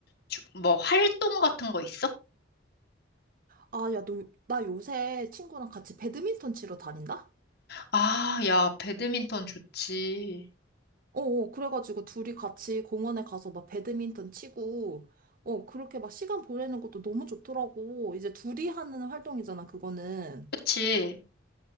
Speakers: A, on the left; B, on the right.
A: 주- 뭐 활동 같은 거 있어?
B: 아, 야, 너, 나 요새 친구랑 같이 배드민턴 치러 다닌다?
A: 아, 야, 배드민턴 좋지.
B: 어, 어, 그래가지고 둘이 같이 공원에 가서 막 배드민턴 치고, 어, 그렇게 막 시간 보내는 것도 너무 좋더라고. 이제 둘이 하는 활동이잖아, 그거는.
A: 그치?